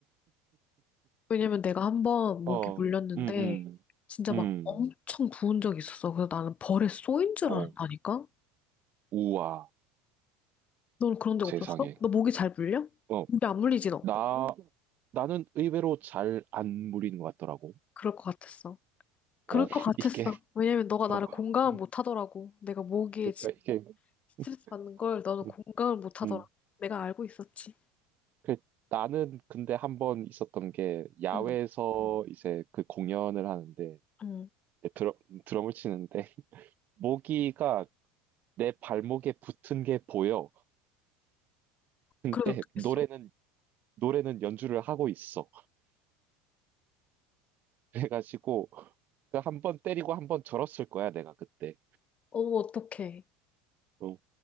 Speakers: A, on the left; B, on the right.
A: 왜냐면 내가 한 번 목이
B: 어,
A: 물렸는데
B: 음, 음,
A: 진짜
B: 음,
A: 막 엄청 부은 적이 있었어. 그래서 나는 벌에 쏘인 줄
B: 어,
A: 알았다니까?
B: 우와,
A: 넌 그런 적
B: 세상에.
A: 없었어? 너 목이 잘 물려?
B: 어,
A: 근데 안 물리지 너?
B: 나, 나는 의외로 잘 안 물리는 것 같더라고.
A: 그럴 것 같았어. 그럴
B: 어,
A: 것
B: <laughs>
A: 같았어.
B: 이게,
A: 왜냐면 너가
B: 어,
A: 나를 공감을
B: 음,
A: 못 하더라고. 내가 모기에
B: 그러니까
A: 지금
B: 이게,
A: 스트레스
B: 음,
A: 받는 걸 너는 공감을
B: 음.
A: 못 하더라.
B: 음.
A: 내가 알고 있었지.
B: 그 나는 근데 한 번 있었던 게, 야외에서
A: 응,
B: 이제 그 공연을 하는데,
A: 응.
B: 드럼, 드럼을 치는데, 모기가 내 발목에 붙은 게 보여. 근데
A: 그래서 어떻게
B: 노래는,
A: 했어?
B: 노래는 연주를 하고 있어. 그래가지고, 그 한 번 때리고 한 번 절었을 거야, 내가 그때.
A: 어머, 어떡해.
B: 어.